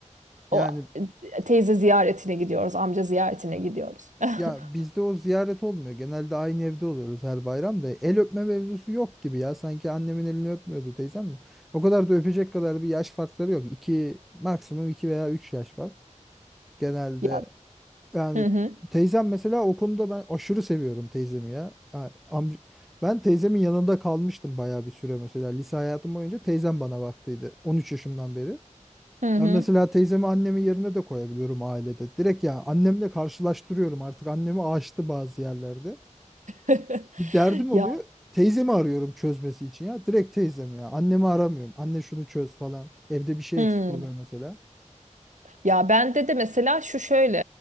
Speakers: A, on the right; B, in the centre.
A: O
B: yani
A: e, teyze ziyaretine gidiyoruz, amca ziyaretine gidiyoruz. <laughs>
B: Ya bizde o ziyaret olmuyor. Genelde aynı evde oluyoruz her bayram da. El öpme mevzusu yok gibi ya. Sanki annemin elini öpmüyordu teyzem de. O kadar da öpecek kadar bir yaş farkları yok. İki, maksimum iki veya üç yaş var. Genelde
A: Ya.
B: yani
A: Hı hı.
B: teyzem mesela o konuda ben aşırı seviyorum teyzemi ya. Ya amca- ben teyzemin yanında kalmıştım bayağı bir süre mesela. Lise hayatım boyunca teyzem bana baktıydı. 13 yaşımdan beri.
A: Hı hı.
B: Ben mesela teyzemi annemin yerine de koyabiliyorum ailede. Direkt ya annemle karşılaştırıyorum artık annemi aştı bazı yerlerde.
A: <laughs>
B: Bir derdim
A: Ya.
B: oluyor. Teyzemi arıyorum çözmesi için ya. Direkt teyzemi ya. Annemi aramıyorum. Anne şunu çöz falan. Evde bir şey
A: Hı.
B: eksik oluyor mesela.
A: Ya bende de mesela şu şöyle